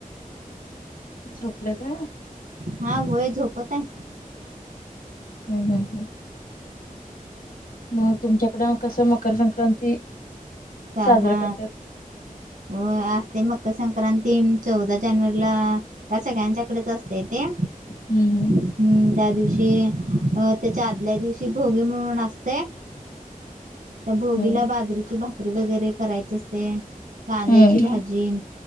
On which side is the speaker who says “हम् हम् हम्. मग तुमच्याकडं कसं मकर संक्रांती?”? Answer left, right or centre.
Left